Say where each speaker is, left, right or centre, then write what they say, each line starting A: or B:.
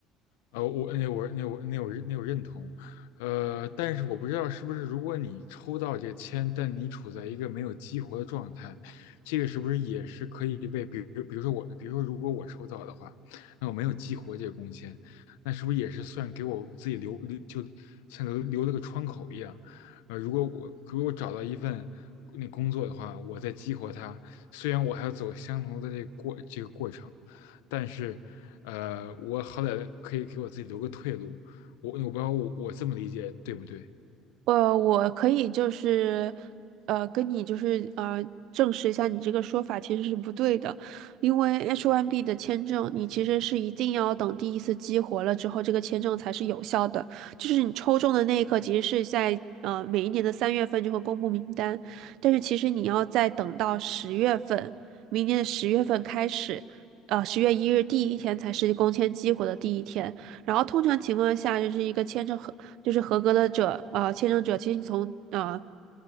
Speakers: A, on the left; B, on the right.
A: 呃，我那我那我那我那我认同，呃，但是我不知道是不是如果你抽到这个签，但你处在一个没有激活的状态，这个是不是也是可以被，比如比如说我，比如说如果我抽到的话，那我没有激活这个工签，那是不是也是算给我自己留留就像留留了个窗口一样？呃，如果我如果我找到一份那工作的话，我再激活它，虽然我还要走相同的这个过这个过程，但是。呃，我好歹可以给我自己留个退路。我我不知道我我这么理解对不对？
B: 呃，我可以就是，呃，跟你就是呃，证实一下你这个说法其实是不对的，因为 H1B 的签证，你其实是一定要等第一次激活了之后，这个签证才是有效的。就是你抽中的那一刻，其实是在呃每一年的三月份就会公布名单，但是其实你要再等到十月份，明年的十月份开始，呃，十月一日第一天才是工签激活的第一天。然后通常情况下，就是一个签证合，就是合格的者，呃，签证者，其实你从呃